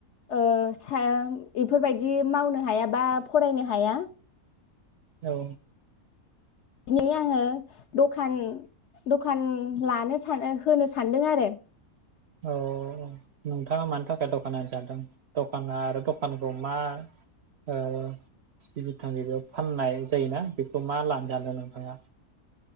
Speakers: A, on the left (about 65°); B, on the right (about 65°).
A: ओ बेफोरबायदि मावनो हाया बा फरायनो हाया।
B: औ।
A: दिनै आङो दखान दखान लानो सानो होनो सानदों आरो।
B: औ नोंथाङा मानि थाखाय दखान होनो सानदों? दखाना आरो दखानखौ मा ओ <unintelligible> फाननाय जायोना बेखौ मा लानो सानो नोंथाङा?